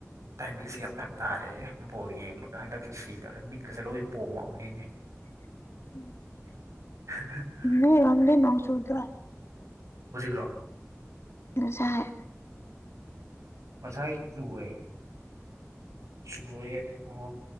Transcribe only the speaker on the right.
ꯇꯥꯏꯃꯤꯡꯁꯦ ꯌꯥꯝ ꯐꯔꯛ ꯇꯥꯔꯦ ꯕꯣꯜ ꯌꯦꯡꯕꯒ ꯍꯟꯗꯛꯁꯨ ꯁꯤꯗꯧꯔꯦ ꯃꯤꯠꯀꯁꯦ ꯂꯣꯏ ꯄꯣꯝꯃꯕꯅꯤꯅꯦ
<inaudible> <unintelligible>
ꯍꯧꯖꯤꯛꯂꯣ
ꯉꯁꯥꯏ ꯆꯨꯏꯌꯦ ꯆꯨꯢꯌꯦ ꯑꯗꯨꯒ